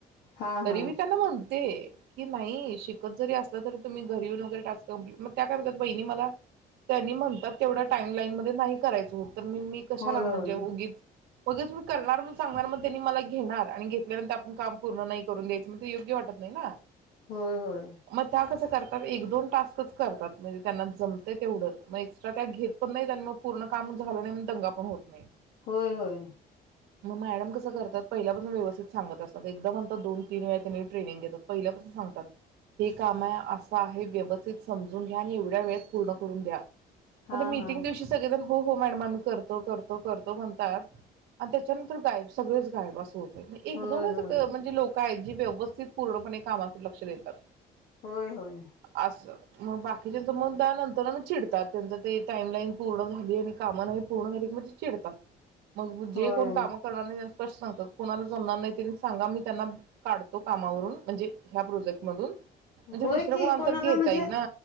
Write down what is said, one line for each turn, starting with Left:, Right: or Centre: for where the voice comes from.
Left: हा
Right: तरी
Left: हा
Right: मी त्यांना म्हणते कि नाही शिकत जरी असलं तरी तुम्ही घरी येऊन वगैरे टास्क कंप्लीट मग त्या काय म्हणत्यात वहिणी मला त्यांनी म्हणतात तेवढा टाईम लाईन मध्ये नाही करायचं होत. तर मी मी कशाला
Left: होय
Right: म्हणजे
Left: होय
Right: उगीच मगच मी करणार मग सांगणार मग त्यांनी मला घेणार आणि घेतल्यानंतर आपण काम पूर्ण नाही करून द्यायचं मग ते योग्य वाटत नाही ना.
Left: होय होय
Right: मग कसं करतात त्या एक, दोन टास्कच करतात म्हणजे त्यांना जमते. तेवढचं मग एक्स्ट्रा त्या घेत पण नाहीत आणि मग पूर्ण काम झालं नाही म्हणून दंगा पण होत नाही.
Left: होय होय
Right: मग मॅडम कसं करतात पहिल्यापासून व्यवस्थित सांगत असतात. एकदा म्हणता दोन, तीन वेळा त्यांनी ट्रेनिंग देतात. पहिल्यापासून सांगतात हे काम आहे असं आहे व्यवस्थित समजून घ्या आणि एवढ्या वेळत पूर्ण क करून द्या.
Left: हा
Right: फक्त मीटिंग
Left: हा
Right: दिवशी सगळे जण हो हो मॅडम आम्ही करतो, करतो, करतो म्हणतात आणि त्याच्यानंतर गायब सगळेच गायब असं होत. एक,
Left: होय
Right: दोनच
Left: होय
Right: गं म्हणजे लोक काय जी व्यवस्थित पूर्णपणे कामाच लक्ष देतात.
Left: होय होय
Right: असं मग बाकीच्याचं मन त्यानंतर तर ना चिडतात त्यांच ते टाईम लाईन पूर्ण झाली आणि काम नाही पूर्ण झाली की म ची चिडतात मग जे
Left: होय
Right: कोण काम करणार नाही त्यास्नी स्पष्ट सांगतात कोणाला जमणार नाही तेनी सांगा मी त्यांना काढतो कामावरून म्हणजे ह्या प्रोजेक्ट मधून म्हणजे
Left: होय
Right: दुसऱ्या
Left: की
Right: कोणाला तर घेता
Left: म्हणजे
Right: येईल ना